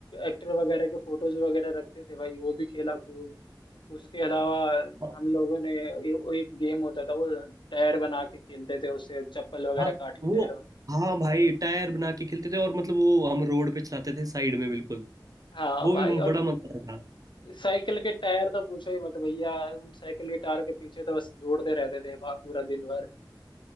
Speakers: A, on the left (about 80°); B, on the right (about 50°).
A: एक्टर वगैरह के फोटोज वगैरह रखते थे भाई वो भी खेला खूब उसके अलावा
B: हाँ
A: हम लोगों ने ए- वो एक गेम होता था वो टायर बना के खेलते थे उससे चप्पल वगैरह
B: हाँ,
A: काट के
B: वो
A: टायर बना
B: हाँ भाई टायर बना के खेलते थे और मतलब वो हम रोड पे चलाते थे साइड में बिल्कुल
A: हाँ
B: वो
A: भाई
B: भी बड़ा
A: और
B: मजा आता था
A: साइकिल के टायर तो पूछो ही मत भैया उन साइकिल के टायर के पीछे तो बस दौड़ते रहते थे वहां पूरा दिन भर